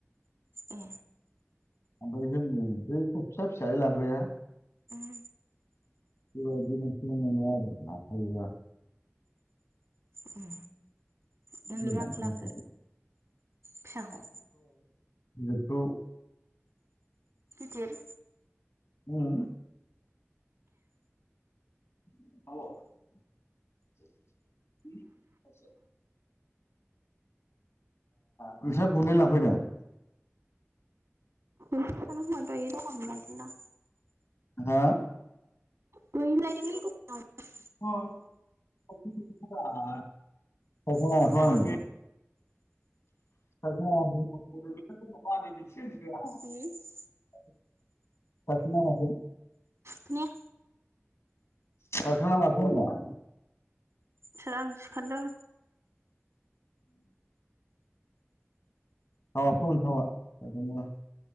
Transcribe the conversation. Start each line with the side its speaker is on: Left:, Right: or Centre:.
Right: ए
Left: ओमफ्राय जोंनि बैथ' फिसा फिसायै लाग्राया
Right: उम
Left: बेबायायदि मोनसे मोनो आरो लाखायोबा
Right: उम
Left: <unintelligible>
Right: नोंनो माखो लाखो फिसाखौ
Left: बेखौ
Right: किर
Left: होम औ। नोंसोर गुन्दै लाफैदों
Right: <unintelligible>
Left: हा।
Right: दहायनो लायदोंलै दखानाव
Left: <unintelligible>
Right: दखानाव
Left: <unintelligible>
Right: उम
Left: <unintelligible>
Right: खोनाया
Left: कारखोना माखो होनदां
Right: सोर आं सिखारदों
Left: औ फन <unintelligible>